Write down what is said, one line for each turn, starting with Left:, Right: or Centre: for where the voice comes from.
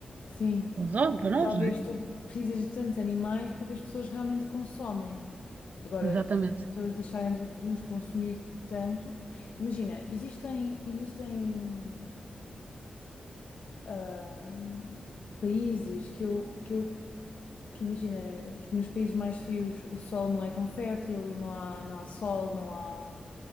Left: Sim.
Right: para os homens, para nós,
Left: Talvez
Right: não é?
Left: tu precisas de tantos animais porque as pessoas realmente consomem. Agora,
Right: Exatamente,
Left: se as pessoas deixarem de, de os consumir tanto. Imagina, existem, existem ah, países que eu, que eu que imagina, nos países mais frios o solo não é tão fértil, não há, não há sol, não há,